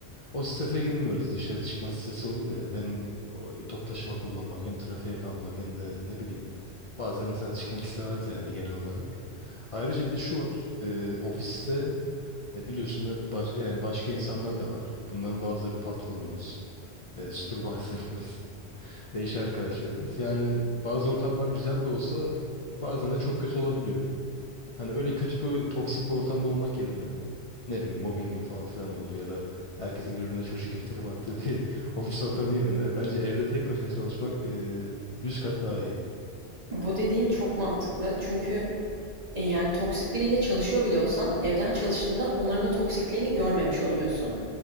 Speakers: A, on the left; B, on the right.
A: o strese girmiyoruz. Dışarı çıkma stresi olur ya. Hem o top taşıma kullanmak hem trafiğe kalmak hem de ne bileyim bazen insan çıkmak istemez yani genel olarak. Ayrıca bir de şu var. E, ofiste e, biliyorsun hep baş- yani başka insanlar da var. Bunların bazıları patronumuz, e, supervisor'ımız. <laughs> ve iş arkadaşlarımız. Yani bazı ortamlar güzel de olsa bazen de çok kötü olabiliyor. Hani öyle kötü bir toksik bir ortamda olmak yerine ne bileyim mobbingin falan filan olduğu ya da herkesin birbirine çocuk gibi trip attığı bir <laughs> ofis ortamı yerine bence evde tek başına çalışmak e, 100 kat daha iyi.
B: Bu dediğin çok mantıklı çünkü e, yani toksik biriyle çalışıyor bile olsan evden çalıştığında onların o toksikliğini görmemiş oluyorsun.